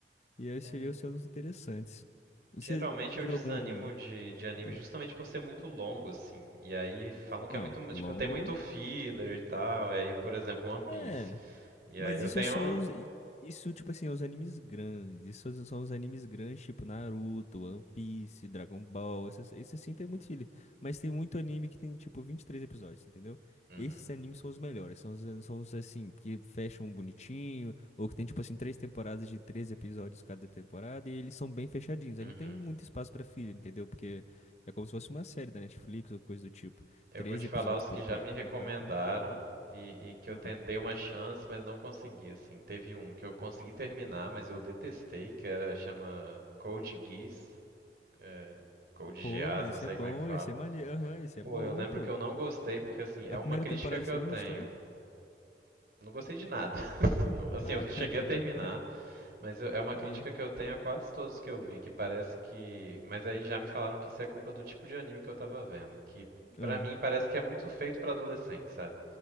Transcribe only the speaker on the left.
E aí seria
o seu dos interessantes. Você
viu
algum?
Ah.
Não,
longo.
É.
Mas
isso
é só os. Isso, tipo assim, é os animes grandes. Isso são os animes grandes, tipo Naruto, One Piece, Dragon Ball. Esses, esse assim tem muito filho. Mas tem muito anime que tem, tipo, 23 episódios, entendeu?
Esses animes são os melhores. São os, são os, assim, que fecham bonitinho. Ou que tem, tipo assim, três temporadas de três episódios cada temporada. E eles são bem fechadinhos.
Aí não tem muito espaço pra filho, entendeu? Porque é como se fosse uma série da Netflix ou coisa do tipo.
treze
episódios
por
pe-
por
temporada,
né?
Pô,
mas
esse
é bom,
esse é maneiro. Aham, esse
é bom,
pô.
A
primeira
temporada
você
não
gostou?
<laughs>
Ah,
ah,